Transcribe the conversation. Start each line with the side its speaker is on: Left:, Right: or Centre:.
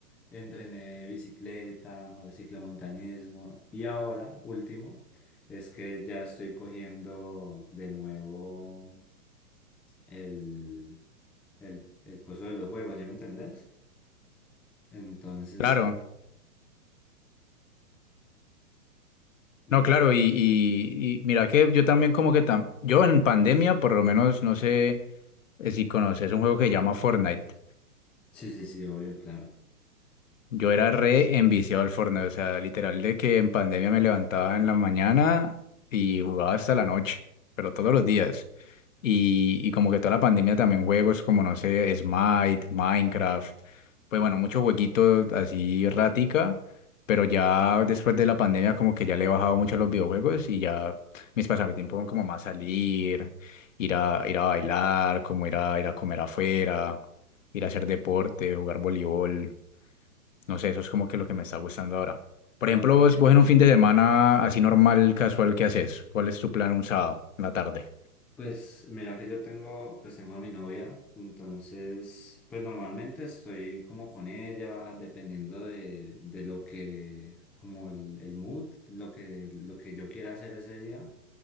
Centre: Entrené bicicleta o ciclomontañismo y ahora, último, es que ya estoy cogiendo de nuevo el, el, el coso de los juegos, ¿sí me entendés? Entonces,
Left: claro,
Centre: pues, ent-
Left: no, claro, y, y, y mira que yo también como que tam yo en pandemia, por lo menos, no sé eh, si conoces un juego que se llama Fortnite.
Centre: sí, sí, sí, obvio, claro.
Left: Yo era re enviciado al Fortnite, o sea, literal de que en pandemia me levantaba en la mañana y jugaba hasta la noche, pero todos los días. Y, y como que toda la pandemia también juegos como, no sé, Smite, Minecraft, pues bueno, muchos jueguitos así ratica, pero ya después de la pandemia como que ya le he bajado mucho a los videojuegos y ya mis pasatiempos son como más salir, ir a, ir a bailar, como ir a, ir a comer afuera, ir a hacer deporte, jugar voleibol, no sé, eso es como que lo que me está gustando ahora. Por
Centre: No,
Left: ejemplo,
Centre: pero
Left: vos, vos en un fin de semana así normal, casual, ¿qué haces? ¿Cuál es tu plan un sábado en la tarde?
Centre: Pues mira que yo tengo, pues tengo a mi novia, entonces pues normalmente estoy como con ella, dependiendo de, de lo que, como el, el mood, lo que, lo que yo quiera hacer ese día,